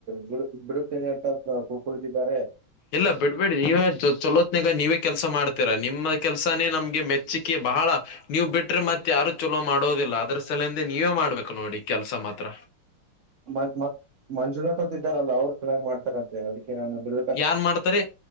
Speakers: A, on the right; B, on the left.
A: ಬಿಡುತ್ ಬಿಡುತ್ತಿನಿ ಅಂತ ಕುಳಿತಿದ್ದಾರೆ.
B: ಇಲ್ಲ ಬಿಡ್ಬೇಡಿ ನೀವ ಚಲೋತ್ನಾಗ ನೀವೇ ಕೆಲಸ ಮಾಡ್ತೀರಾ ನಿಮ್ಮ ಕೆಲ್ಸಾನೇ ನಮ್ಗೆ ಮೆಚ್ ಚ್ಚಿಕೆ ಬಹಳ. ನೀವ್ ಬಿಟ್ರೆ ಮತ್ ಯಾರು ಚಲೋ ಮಾಡೋದಿಲ್ಲ ಅದ್ರ ಸಲಿಂದೆ ನೀವೇ ಮಾಡ್ಬೇಕು ನೋಡಿ ಕೆಲ್ಸ ಮಾತ್ರ.
A: <unintelligible> ಮಂಜುನಾಥ್ ಅಂತ ಇದಾರಲ್ಲ ಅವ್ರು ಚೆನ್ನಾಗಿ ಮಾಡ್ತಾರಂತೆ ಅದಕ್ಕೆ ನನ್ನ ಬಿಡ್
B: ಯಾರ್ ಮಾಡ್ತಾರೆ